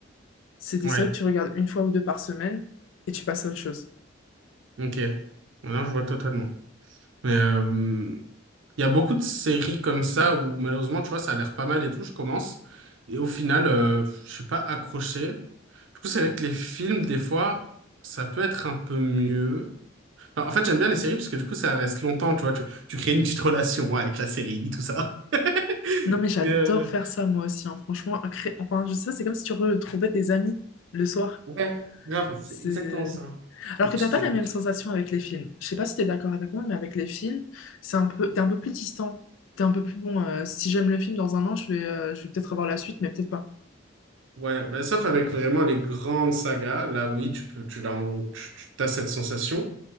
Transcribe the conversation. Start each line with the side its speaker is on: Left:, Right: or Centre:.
Left: C'est des
Right: Ouais.
Left: séries que tu regardes une fois ou deux par semaine et tu passes à autre chose.
Right: Ok. Maintenant, je vois totalement. Mais, euh, Il y a beaucoup de séries comme ça où malheureusement, tu vois, ça a l'air pas mal et tout, je commence. Et au final, euh, je suis pas accroché. Du coup, c'est vrai que les films, des fois, ça peut être un peu mieux. Enfin, en fait, j'aime bien les séries parce que du coup, ça reste longtemps, tu vois. Tu, tu crées une petite relation ouais, avec la série, tout ça. <laughs>
Left: Non, mais j'adore
Right: Mais euh,
Left: faire ça moi aussi. hein. Franchement, un cré- enfin, je sais pas, c'est comme si tu retrouvais tes amis le soir.
Right: ouais, grave, c'est
Left: C'est...
Right: exactement ça.
Left: Alors
Right: Tes petites
Left: que t'as pas
Right: habitudes.
Left: la même sensation avec les films. Je sais pas si t'es d'accord avec moi, mais avec les films, c'est un peu... t'es un peu plus distant. T'es un peu plus bon. euh, si j'aime le film dans un an, je vais, euh, je vais peut-être avoir la suite, mais peut-être pas.
Right: Ouais, bah, sauf avec vraiment les grandes sagas, là oui, tu peux, tu, l'as- tu, tu as cette sensation.